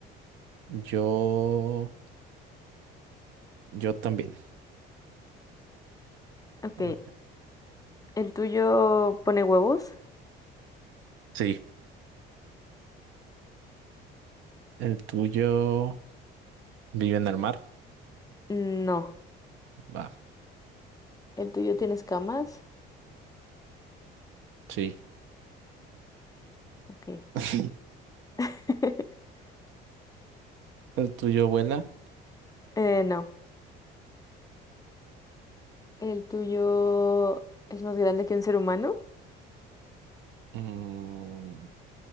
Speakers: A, on the right (about 65°); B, on the left (about 15°).
A: yo, yo también.
B: Ok,
A: Ok.
B: ¿el tuyo pone huevos?
A: Sí, el tuyo vive en el mar.
B: No.
A: Va,
B: ¿El tuyo tiene escamas?
A: sí.
B: Ok.
A: <laughs>
B: <laughs>
A: El tuyo vuela.
B: Eh, no. ¿El tuyo es más grande que un ser humano?
A: Mm,